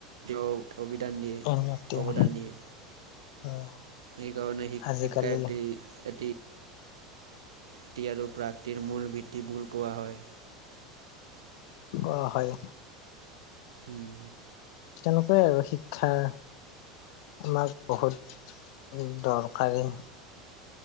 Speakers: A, on the right; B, on the left.
A: তেওঁ অভিদান দিয়ে
B: উন্নতি
A: অৱদান দিয়ে।
B: হয়
A: সেইকাৰণে শি
B: আজিকালি
A: শিক্ষাৰ্থী শি ক্ষাতি আৰু প্ৰাকৃিতিৰ মূল, ভেটি বুল কোৱা হয়।
B: অ' হয়।
A: উম'
B: তেনেকুৱাই আৰু শিক্ষাৰ লাভ বহুত। উম দৰকাৰী।